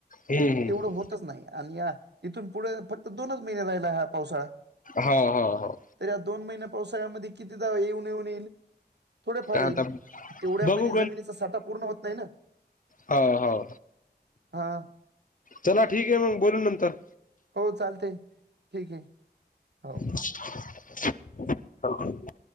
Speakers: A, on the left (about 50°); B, on the right (about 75°).
A: हम्म हम्म
B: तेवढं होतच नाही आहे. आणि या इथून पुढे फक्त दोनच महिने राहिलाय हा पावसाळा.
A: हो हो हो
B: तर या दोन महिन्या मध्ये पावसाळ्यामध्ये किती दा येऊन येऊन येईल. थोडफार येईल
A: आता
B: तेवढ्यामध्ये
A: बघू
B: जमिनीचा साठा पूर्ण होत नाही ना.
A: हा हा हा
B: हा
A: चला ठीक आहे मग बोलू नंतर.
B: हो चालतंय ठीक आहे हो
A: हॅलो <unintelligible>